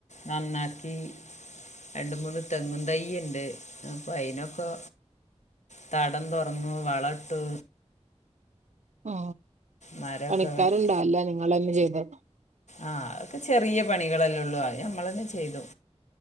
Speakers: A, on the left (about 80°); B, on the right (about 85°).
A: നന്നാ കീ രണ്ട് മൂന്ന് തെങ്ങുതൈ ഉണ്ട് അപ്പൊ അയിനൊക്കൊ തടം തുറന്നു വളം ഇട്ടു
B: ഓ
A: മരമൊക്കെ
B: പണിക്കാരുണ്ടാ
A: വെട്ടി
B: അല്ല നിങ്ങളന്നെ ചെയ്തേ
A: ആ അതൊക്കെ ചെറിയ പണികളല്ലേ ഉള്ളു ആ ഞമ്മളന്നെ ചെയ്തു.